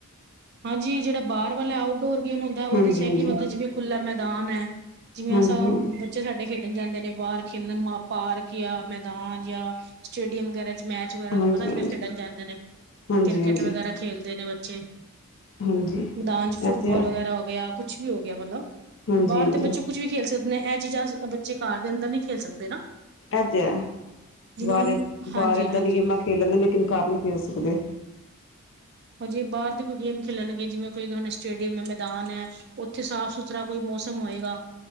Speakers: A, on the right; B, on the left.
A: ਹਾਂਜੀ, ਜਿਹੜਾ ਬਾਹਰ ਵਾਲਾ ਆਊਟਡੋਰ ਗੇਮ ਹੁੰਦਾ ਉਹਦੇ
B: ਹਾਂਜੀ
A: 'ਚ ਹੈ
B: ਹਾਂਜੀ
A: ਕਿ ਬੰਦਾ ਜਿਵੇਂ ਖੁੱਲਾ ਮੈਦਾਨ ਹੈ ਜਿਵੇਂ
B: ਹਾਂਜੀ
A: ਅ <unintelligible> ਬੱਚੇ ਸਾਡੇ ਖੇਡਣ ਜਾਂਦੇ ਨੇ ਬਾਹਰ ਖੇਲਣ ਪਾਰਕ ਯ ਮੈਦਾਨ ਯ ਸਟੇਡੀਅਮ ਵਗੈਰਾ 'ਚ ਮੈਚ। ਵਗੈਰਾਲ
B: ਹਾਂਜੀ
A: ਅ
B: ਹਾਂਜੀ
A: <unintelligible> ਖੇਡਣ ਜਾਂਦੇ ਨੇ,
B: ਹਾਂਜੀ
A: ਕ੍ਰਿਕਟ ਵਗੈਰਾ
B: ਹਾਂਜੀ
A: ਖੇਲਦੇ ਨੇ ਬੱਚੇ।
B: ਹਾਂਜੀ
A: ਮੈਦਾਨ 'ਚ
B: ਇਹ
A: ਫੁੱਟਬਾਲ
B: ਤੇ ਹੈ
A: ਵਗੈਰਾ ਹੋ ਗਿਆ, ਕੁਛ ਵੀ ਹੋ ਗਿਆ ਮਤਲਬ,
B: ਹਾਂਜੀ
A: ਬਾਹਰ
B: ਹਾਂਜੀ
A: ਦੇ ਬੱਚੇ ਕੁੱਛ ਵੀ ਖੇਲ ਸਕਦੇ। ਇਹ ਚੀਜ਼ਾਂ ਬੱਚੇ ਘਰ ਦੇ ਅੰਦਰ ਨਹੀ ਖੇਲ ਸਕਦੇ ਨਾ।
B: ਇਹ ਤੇ ਐ।
A: ਜਿਵੇਂ
B: ਬਾਹਰ
A: ਹੁਣ
B: ਬਾਹਰ
A: ਹਾਂਜੀ
B: ਏਦਾਂ
A: ਹਾਂਜੀ
B: ਦੀਆਂ ਗੇਮਾਂ ਖੇਲ ਲੈਂਦੇ ਲੇਕਿਨ ਘਰ ਨਹੀਂ ਖੇਲ ਸਕਦੇ।
A: ਹਜੇ ਬਾਹਰ ਦੇ ਕੋਈ ਗੇਮ ਖੇਲਣਗੇ ਜਿਵੇਂ ਕੋਈ ਤੁਹਾਨੂੰ ਸਟੇਡੀਅਮ ਹੈ ਮੈਦਾਨ ਹੈ, ਉੱਥੇ ਸਾਫ ਸੁਥਰਾ ਕੋਈ ਮੌਸਮ ਹੋਏਗਾ।